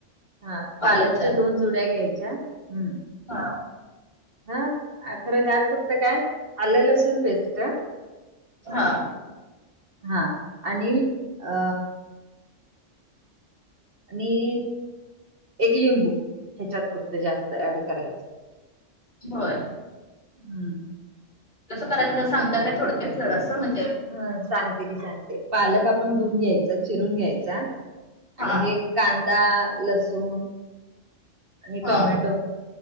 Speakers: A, on the right; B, on the left.
A: हा,
B: पालकचा
A: पालकच्या दोन जुड्या. त्याघ्याच्या हम्म,
B: हा,
A: हा, खरं ह्यात फक्त काय आलं लसूण पेस्ट.
B: हा,
A: हा आणि अ, आणि एक लिंबू ह्याच्यात फक्त जास्त ऍड करायच.
B: होय.
A: हं.
B: कसं करायचं? जरा सांगता काय थोडक्यात जरासं? म्हण
A: हं सांगते की सांगते. पालक आपण धुवून घ्यायचा, चिरून घ्यायचा
B: हा
A: आणि हे कांदा, लसूण, आणि
B: हा
A: टोमॅटो,